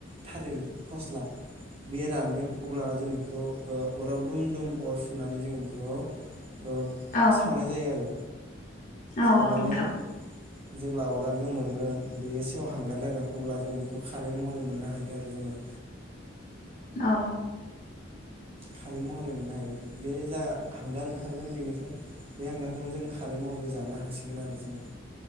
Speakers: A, on the right; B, on the left.
A: थालिर। फस्ला बेयो रानगोन अब्लाना जों बेखौ ओ अराव दुम-दुम अर सुनानै जों बेखौ ओ।
B: औ
A: सावनाय जायो आरो।
B: औ
A: सावनानै
B: औ नोंथां।
A: जेब्ला अरा गोमोरगोन बे सेव हांगार जागोन अब्ला जों बेखौ खारै महरै मोननो हायो आरो जोङो।
B: औ
A: खारि महरै मोननो हायो बे जा हांगार ओंखारगोन बेनिफ्राय। बे हांगारखौनो जों खारै महरै जानो हासिगोन आरो जोङो।